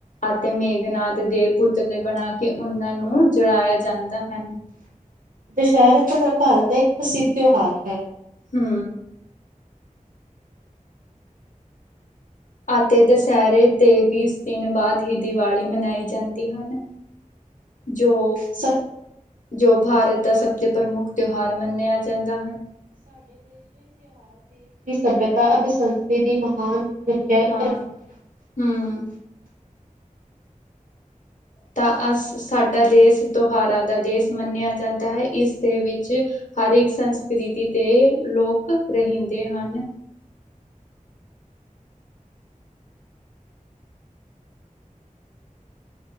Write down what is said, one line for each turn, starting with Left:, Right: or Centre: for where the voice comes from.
Left: ਅਤੇ ਮੇਘਨਾਥ ਦੇ ਪੁਤਲੇ ਬਣਾ ਕੇ ਉਹਨਾਂ ਨੂੰ ਜਲਾਇਆ ਜਾਂਦਾ ਹੈ।
Right: ਦੁਸਹਿਰਾ ਭਾਰਤ ਦਾ ਇੱਕ ਪ੍ਰਸਿੱਧ ਤਿਉਹਾਰ ਹੈ।
Left: ਹੂੰ, ਅਤੇ ਦੁਸਹਿਰੇ ਦੇ ਵੀਹ ਦਿਨ ਬਾਅਦ ਹੀ ਦੀਵਾਲੀ ਮਨਾਈ ਜਾਂਦੀ ਹੈ। ਜੋ
Right: ਸ
Left: ਜੋ ਭਾ ਸਭ ਤੋਂ ਪ੍ਰਮੁੱਖ। ਮੰਨਿਆ ਜਾਂਦਾ
Right: ਸਭਿਅਤਾ ਅਤੇ ਸੰਸਕ੍ਰਿਤੀ ਦੀ ਮਹਾਨ। ਰੱਖਿਆ <inaudible>
Left: ਹਾਂ ਹੂੰ ਤਾਂ ਅਸ ਸਾਡਾ ਦੇਸ਼ ਤਿਉਹਾਰਾਂ ਦਾ ਦੇਸ਼ ਮੰਨਿਆ ਜਾਂਦਾ ਏ। ਇਸ ਦੇ ਵਿੱਚ ਹਰ ਇੱਕ ਸੰਸਕ੍ਰਿਤੀ ਦੇ ਲੋਕ ਰਹਿੰਦੇ ਹਨ।